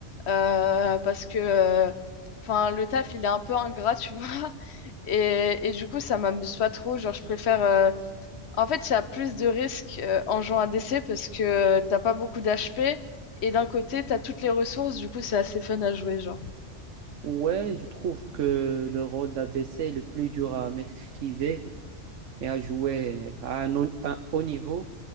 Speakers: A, on the left (about 65°); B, on the right (about 90°).
A: euh, parce que euh, enfin, le taf, il est un peu ingrat, tu vois. <laughs> Et, et du coup, ça m'amuse pas trop. Genre, je préfère euh, En fait, il y a plus de risques euh, en jouant à DC parce que euh, t'as pas beaucoup d'HP et d'un côté, t'as toutes les ressources, du coup, c'est assez fun à jouer, genre.
B: Ouais, je trouve que le rôle d'ADC est le plus dur à maîtriser et à jouer à un, un haut niveau,